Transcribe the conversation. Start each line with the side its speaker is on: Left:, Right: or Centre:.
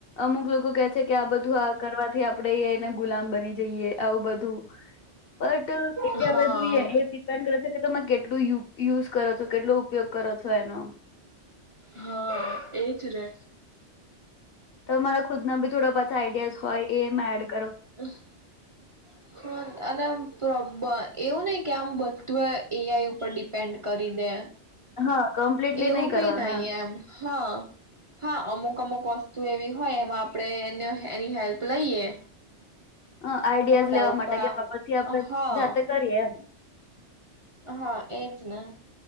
Left: અમુક લોકો કે છે કે આ બધું આ કરવા થી આપડે એને ગુલામ બની જઈએ આવું બધું બટ એ
Right: હા
Left: હવે જોઈએ એ ડિપેન્ડ કરે છે કે તમે કેટ કેટલું યુઝ કરો છો કેટલો ઉપયોગ કરો છ છનો <unintelligible>
Right: હા એજ રે
Left: તો મારા ખુદના બી થોડા <inaudible> જાઈડસ હોય એ મેડ
Right: હ <unintelligible> છે ન અને આમ પ્રબર એવું નઈ કે આમ બધું એ એઆઈ ઉપર ડિપેન્ડ કરી દે
Left: હા કમ્પ્લીટલી
Right: એવું
Left: નહીં કરવાનું
Right: બી નહી એમ હા, હા, અમુક અમુક અમુક વસ્તુ એવી હોય એમાં આપણે એને એની હેલ્પ લઈએ
Left: હ આઈડિયાઝ
Right: નો ડાઉટ
Left: લેવા માટે
Right: પણ
Left: કે પછી આપણે
Right: આમ હા
Left: જાતે કરીએ એમ
Right: હા, એજ ને